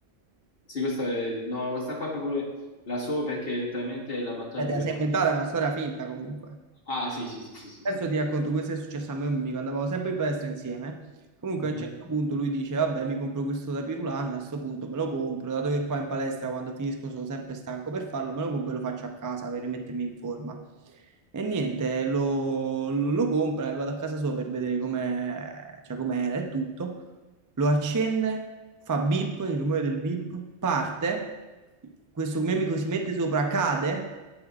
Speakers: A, on the left; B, on the right.
A: Sì, questa, è- no, questa qua è proprio la so perché è letteralmente la battuta
B: te
A: più
B: la
A: divertente.
B: sei inventata, è una storia finta comunque.
A: Ah, sì, sì, sì, sì, sì, sì.
B: Adesso ti racconto, questo è successo a me e a un mio amico, andavamo sempre in palestra insieme. Comunque
A: Mhm.
B: a un certo punto lui dice, vabbè, mi compro questo da Pirulan, a sto punto me lo compro, dato che qua in palestra quando finisco sono sempre stanco per farlo, me lo compro e lo faccio a casa per rimettermi in forma. E niente, lo, lo compra e vado a casa sua per vedere com'è, cioè com'era e tutto lo accende, fa beep, il rumore del beep, parte, questo mio amico si mette sopra, cade